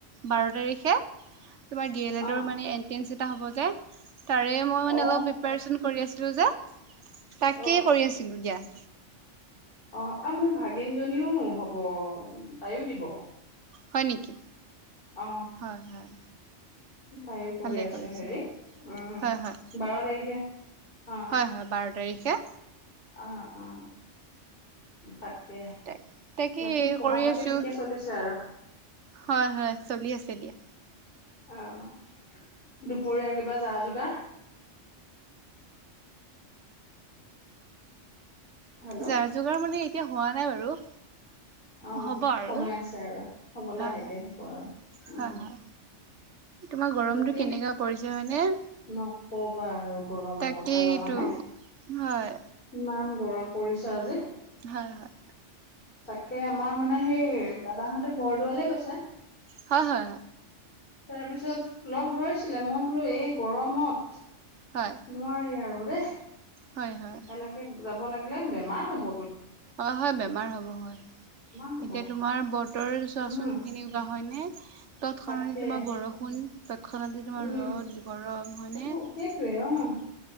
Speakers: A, on the right; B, on the left.
A: বাৰ তাৰিখে
B: <inaudible>
A: তোমাৰ ডি এল এডৰ
B: অ
A: মানে এনট্ৰেন্ঞ্চ এটা হ'ব যে, তাৰে মই মানে
B: অ
A: অলপ প্ৰিপাৰচন কৰি আছিলোঁ যে তাকেই
B: অ
A: কৰি আছিলোঁ দিয়া।
B: অ', অ', মোৰ ভাগিনজনীও হ'ব, তাইয়ো দিব।
A: হয়, নিকি?
B: অ
A: হয়, হয়।
B: তাইও কৰি
A: ভালে
B: আছে
A: কৰিছে
B: হেৰি, অ',
A: হয় হয়
B: বাৰ তাৰিখে অ
A: হয়, হয়, বাৰ তাৰিখে।
B: অ', অ'। তাকে,
A: তাক তাকে
B: বাকী পঢ়া
A: কৰি
B: পাতি
A: আছো
B: ঠিকে চলিছে আৰু
A: হয় হয় চলি আছে দিয়া।
B: আহ দুপৰীয়া কিবা যা যোগাৰ হেল্ল'
A: যাৰ যোগাৰ মানে এতিয়া হোৱা নাই বাৰু।
B: অ'
A: হ'ব আৰু
B: সময় আছে আৰু হব লাহেকে
A: হয় হয়
B: হ'ব আৰু উম।
A: হয় হয়। তোমাৰ গৰমটো
B: বাকী
A: কেনেকা পৰিছে হয়নে?
B: নক'বা আৰু গৰমৰ
A: তাকেইতো।
B: কথা জানানে।
A: হয়।
B: ইমান গৰম পৰিছে আজি।
A: হয়, হয়।
B: তাকে, আমাৰ মানে সেই দাদাহঁতে বৰদোৱালে গৈছে।
A: হয়, হয়।
B: তাৰপিছত লগ ধৰিছিলে মই বোলোঁ এই গৰমত,
A: হয়
B: নোৱাৰি আৰু দেই।
A: হয়, হয়।
B: এনেকে যাব লাগিলে, বেমাৰ হ'ব।
A: হয়, হয়, বেমাৰ হ'ব হয়।
B: বেমাৰ হ'ব
A: এতিয়া তোমাৰ বতৰ চোৱাচোন
B: উম
A: কেনেুৱা হয় নে? তৎক্ষণাতে
B: তাকে
A: তোমাৰ বৰষুণ, তৎক্ষণাতে তোমাৰ
B: উম
A: ৰ'দ, গৰম হয়নে।
B: সেইটো সেইটোৱে অ